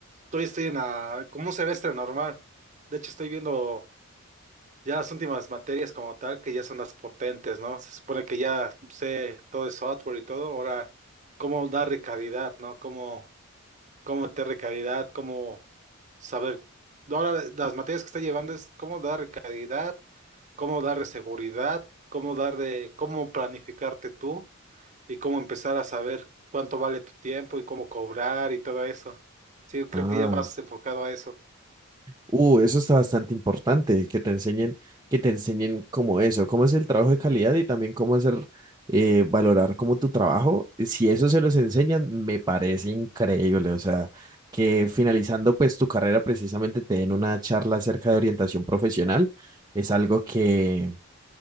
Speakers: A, on the right (about 35°); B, on the right (about 20°).
A: todavía estoy en la, como un semestre normal. De hecho, estoy viendo. Ya las últimas materias como tal, que ya son las potentes, ¿no? Se supone que ya sé todo el software y todo, ahora cómo darle calidad, ¿no? Cómo, cómo meterle calidad, cómo saber. Ahora las materias que está llevando es cómo darle calidad, cómo darle seguridad, cómo darle, cómo planificarte tú y cómo empezar a saber cuánto vale tu tiempo y cómo cobrar y todo eso. Sí, yo creo
B: Ah,
A: que ya vas enfocado a eso.
B: Uh, eso está bastante importante, que te enseñen, que te enseñen cómo eso, cómo es el trabajo de calidad y también cómo hacer, eh, valorar como tu trabajo. Si eso se los enseñan, me parece increíble. O sea, que finalizando pues tu carrera precisamente te den una charla acerca de orientación profesional, es algo que